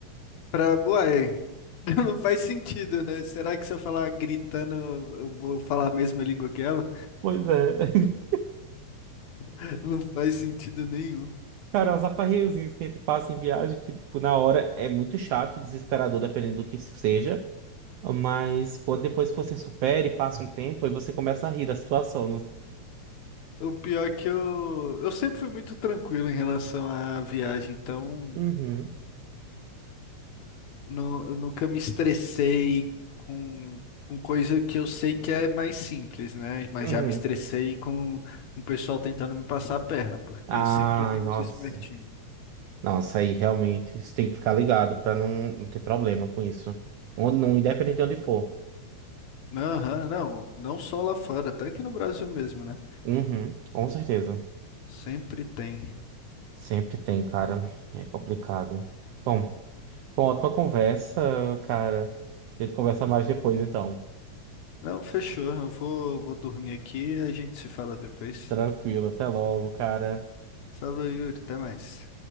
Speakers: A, on the left; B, on the right.
A: pra. Uai, <laughs> não faz sentido, né? Será que se eu falar gritando, eu eu vou falar a mesma língua que ela?
B: Pois é. <laughs>
A: <laughs> Não faz sentido nenhum.
B: Cara, uns aperreiozinhos que a gente passa em viagem que, tipo, na hora é muito chato e desesperador, dependendo do que isso seja. Mas quando depois que você supera e passa um tempo, aí você começa a rir da situação. não-
A: O pior é que eu. Eu sempre fui muito tranquilo em relação à viagem, então.
B: Uhum,
A: Não, eu nunca me estressei com, com coisa que eu sei que é mais simples, né? Mas
B: uhum.
A: já me estressei com o pessoal tentando me passar a perna, porque
B: Ah,
A: sempre tem
B: nossa.
A: uns espertinhos.
B: Nossa, aí realmente você tem que ficar ligado pra não, não ter problema com isso. Onde, não, independente de onde for.
A: Aham, não, não só lá fora, até aqui no Brasil mesmo, né?
B: Uhum, com certeza.
A: Sempre tem.
B: Sempre tem, cara. É complicado. Bom, foi uma ótima conversa, cara. A gente conversa mais depois, então.
A: Não, fechou. Eu vou, vou dormir aqui e a gente se fala depois.
B: Tranquilo, até logo, cara.
A: Falou, Yuri, até mais.